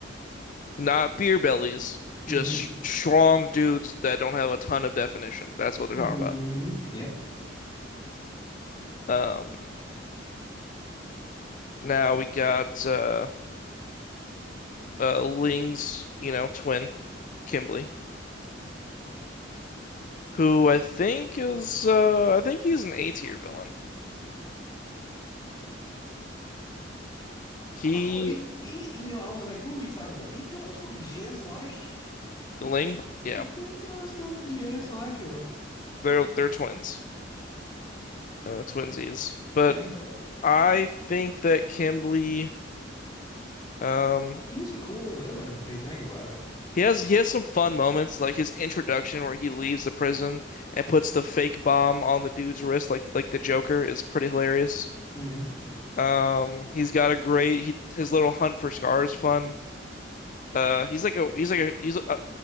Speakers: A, on the left; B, on the left.
A: Not beer bellies, just
B: hmm
A: strong dudes that don't have a ton of definition. That's what
B: hmm
A: they're talking about.
B: Yep.
A: Um, now we got uh, uh, Ling's, you know, twin, Kimberly, who I think is uh, I think he's an A tier villain. He
B: Oh, he, he, you know, I was like, who are you talking about? He does look just like,
A: Ling,
B: <laughs>
A: yeah,
B: he does look just like him.
A: they're they're twins, uh, twinsies. But
B: I know.
A: I think that Kimberly, um,
B: He was a cool villain, if you think about it.
A: He has he has some fun moments, like his introduction where he leaves the prison and puts the fake bomb on the dude's wrist, like like the Joker, is pretty hilarious.
B: hmm
A: Um, he's got a great he his little hunt for Scar is fun. Uh, he's like a he's like a he's a,